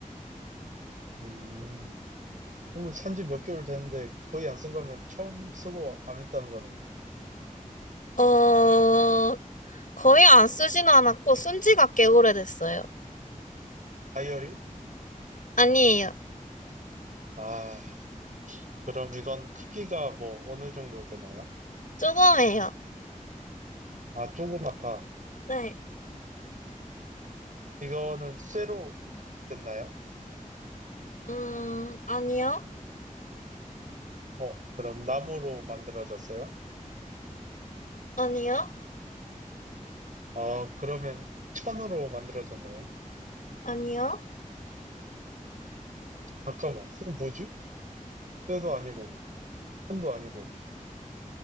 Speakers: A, on the right (about 70°); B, on the left (about 70°).
A: 음, 그럼 산지 몇 개월 됐는데 거의 안 쓴 거면 처음 쓰고 안 했다는 거네요.
B: 어, 거의 안 쓰지는 않았고, 쓴 지가 꽤 오래됐어요.
A: 다이어리?
B: 아니에요.
A: 아, 그럼 이건 크기가 뭐 어느 정도 되나요?
B: 조금해요.
A: 아, 조그맣다.
B: 네.
A: 이거는 쇠로 됐나요?
B: 음, 아니요.
A: 어, 그럼 나무로 만들어졌어요?
B: 아니요.
A: 아, 그러면 천으로 만들어졌나요?
B: 아니요.
A: 잠깐만, 그럼 뭐지? 쇠도 아니고, 천도 아니고.